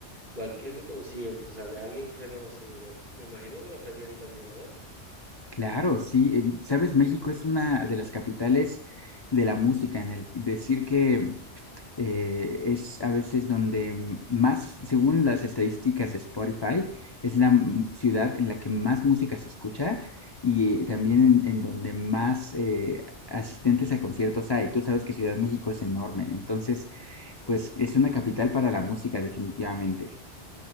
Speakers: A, on the right; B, on the left.
A: cualquier concierto, o sea, de alguien reconocido, me imagino que los revientan de una vez.
B: Claro, sí, eh, sabes, México es una de las capitales de la música, en el decir que eh, es a veces donde más, según las estadísticas de Spotify, es la ciudad en la que más música se escucha y eh, también en, en donde más eh, asistentes a conciertos hay. Tú sabes que Ciudad de México es enorme, entonces,
A: Sí.
B: pues es una capital para la música definitivamente.